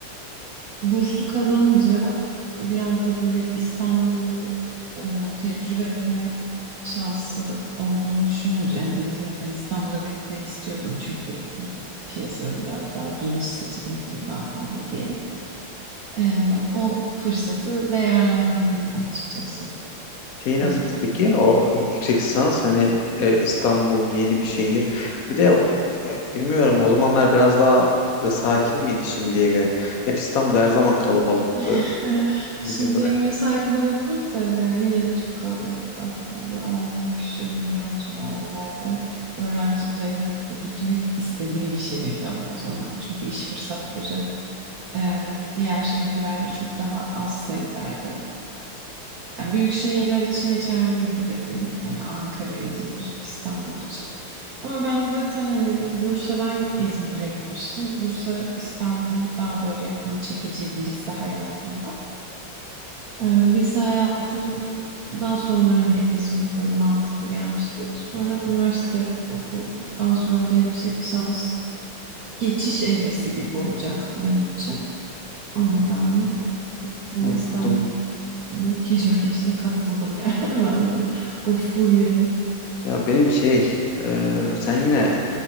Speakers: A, on the right (about 70°); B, on the left (about 75°).
A: burslu kazanınca biraz da böyle İstanbul'u e, tecrübe etme şansı olduğunu düşününce yani İzmir'den İstanbul'a gitmeyi istiyordum çünkü piyasa biraz daha geniş seçenekleri daha fazla diye. E, o fırsatı değerlendirdim açıkçası.
B: Şey nasıldı
A: E,
B: peki? O yüksek lisans hani e, İstanbul yeni bir şehir. Bir de o- e, bilmiyorum o zamanlar biraz daha e, sakin miydi şimdiye göre? Gerçi İstanbul her zaman kalabalıktı
A: <laughs>
B: bildiğim
A: Şimdiye
B: kadarıyla.
A: göre sakin olabilir de yani yine çok kalabalıktı. Yani bir 10 küsür milyon civarındaydı. Öğrencilerin gitmek istediği bir şehirdi ama o zaman. Çünkü iş fırsatları e, diğer şehirlerde çok daha az sayıdaydı. Yani büyük şehirler için geçerli değil bu dediğim. Yani Ankara, İzmir, İstanbul için. Ama ben zaten hani Bursa'dan İzmir'e gitmiştim. Bursa, İstanbul daha böyle hani çekiciydi lise hayatımda. Ee, Lise hayatımdan sonra hani İzmir böyle mantıklı gelmişti. Sonra üniversite okuduktan sonra da yüksek lisans geçiş evresi gibi olacaktı benim için. O nedenle gittim
B: Anladım.
A: ve İstanbul'un keşmekeşine katıldım yani <laughs> ben de. O furyaya.
B: Ya benim şey, e, sen yine